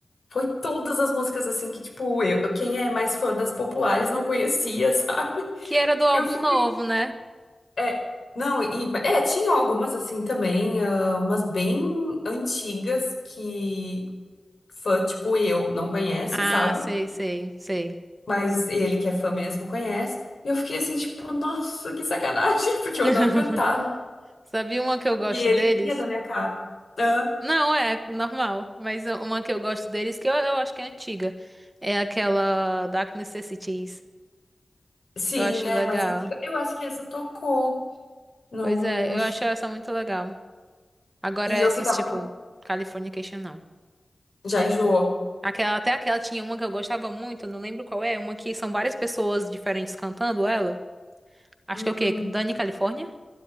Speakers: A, on the left (about 70°); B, on the right (about 25°).
A: Foi todas as músicas, assim, que, tipo, eu, quem é mais fã das populares não conhecia, <laughs> sabe?
B: Que era do álbum
A: Eu fiquei.
B: novo, né?
A: É, não, e. É, tinham algumas, assim, também, ah, umas bem antigas que fã, tipo, eu não conhece,
B: Ah,
A: sabe?
B: sei, sei, sei.
A: Mas ele que é fã mesmo conhece. E eu fiquei assim, tipo, nossa, que sacanagem, <laughs> porque
B: <laughs>
A: eu adoro cantar.
B: Sabia uma que eu gosto
A: E ele
B: deles?
A: ria da minha cara. Hã?
B: Não, é normal. Mas uma que eu gosto deles, que eu, eu acho que é antiga. É aquela Dark Necessities.
A: Sim,
B: Eu acho
A: é
B: legal.
A: mais antiga. Eu acho que essa tocou no,
B: Pois é,
A: no
B: eu
A: show.
B: acho essa muito legal. Agora
A: E
B: essas,
A: eu ficava
B: tipo,
A: com...
B: Californication, não.
A: Já enjoou.
B: Aquela, até aquela tinha uma que eu gostava muito, eu não lembro qual é, uma que são várias pessoas diferentes cantando ela. Acho
A: Hum,
B: que é o quê? Dani California?